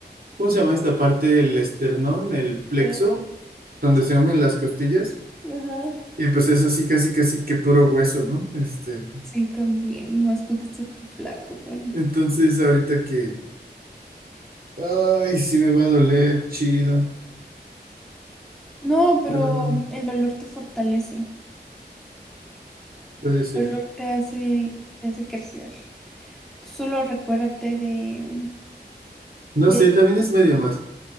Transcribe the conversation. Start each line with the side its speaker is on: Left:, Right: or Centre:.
Right: ¿cómo se llama esta parte del esternón, el plexo,
Centre: ah,
Right: donde
Centre: sí,
Right: se unen las costillas?
Centre: ajá.
Right: Y pues es así, casi, casi que puro hueso, ¿no? Este,
Centre: Sí, también. Y más tú que estás bien flaco, Juani.
Right: entonces ahorita que, ay, sí me va a doler, chido,
Centre: No, pero
Right: pero bueno,
Centre: mm, el dolor te fortalece.
Right: puede ser.
Centre: El dolor te hace, te hace crecer. Solo recuérdate de,
Right: No
Centre: de
Right: sé, también es medio más,